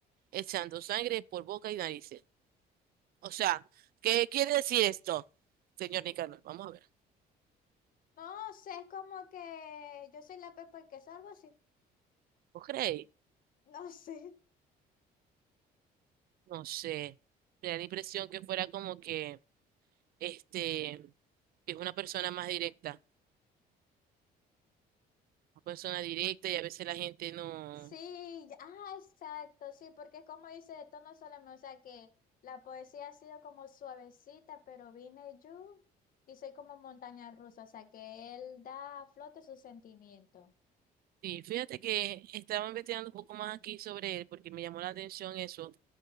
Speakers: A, on the right; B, on the left.
A: echando sangre por boca y narices. O sea, ¿qué quiere decir esto, señor Nicanor? Vamos a ver.
B: No sé, es como que yo soy la Pepa el queso, algo así. <laughs>
A: ¿Vos creéis?
B: No sé.
A: No sé. Me da la impresión que fuera como que, este, que es una persona más directa. Una persona directa y a veces la gente no.
B: Sí, ya- ah, exacto, sí, porque como dice, de tono solamente, o sea que la poesía ha sido como suavecita, pero vine yo y soy como montaña rusa, o sea que él da a flote sus sentimientos.
A: Sí, fíjate que estaba investigando un poco más aquí sobre él porque me llamó la atención eso.